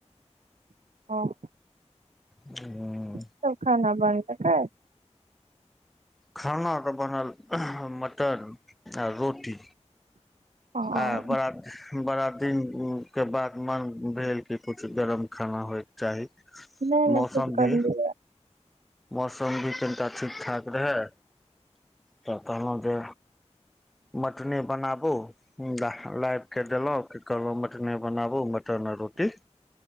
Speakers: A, on the right; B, in the centre.
A: ह
B: ह
A: कि सब खाना बनलकै
B: खाना तऽ बनल मटर आ रोटी
A: हँ
B: आ बड़ा बड़ा दिन के बाद मन भेल क पु कि गरम खाना होइके चाही
A: नहि नहि
B: मौसम
A: ठीक करलिय
B: भी मौसम भी कनिटा ठीक ठाक रहै तऽ कहलहुँ जे मटने बनाबू? लाइब कऽ देलक कहलौ मटने बनाबू मटन आ रोटी